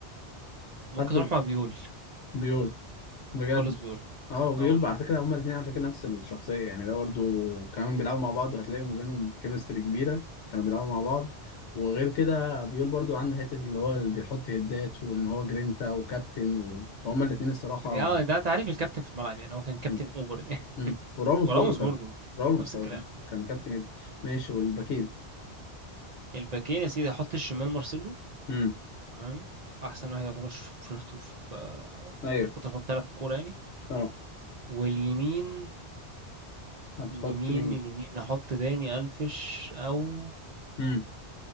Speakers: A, on the right; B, on the left.
A: ممكن
B: حد
A: اروح مع بيول
B: بيول بجد
A: كارلوس بيول
B: اه وبيقول
A: اه والله
B: على فكره هما الاثنين على فكره نفس الشخصيه يعني ده برضه كمان بيلعبوا مع بعض وهتلاقي ما بينهم كيمستري كبيره كانوا بيلعبوا مع بعض وغير كده بيقول برضه عنده حته اللي هو اللي بيحط هدات وان هو جرينتا وكابتن و- وهما الاثنين الصراحه
A: يعني ده تعريف الكابتن في الملعب يعني هو كان كابتن
B: مم.
A: اوفر يعني
B: مم.
A: <laughs>
B: وراموس
A: وراموس
B: برضه
A: برضه
B: كان راموس
A: نفس الكلام
B: هو كان كان كابتن جدا ماشي والباكين
A: الباكين يا سيدي احط الشمال مارسيلو
B: امم
A: تمام احسن واحد يعتبر شف- شفته في
B: ايوه
A: في الفتره اللي بتلعب في الكوره يعني
B: اه
A: واليمين
B: هتحط
A: اليمين
B: مين
A: اليمين احط داني الفش او
B: امم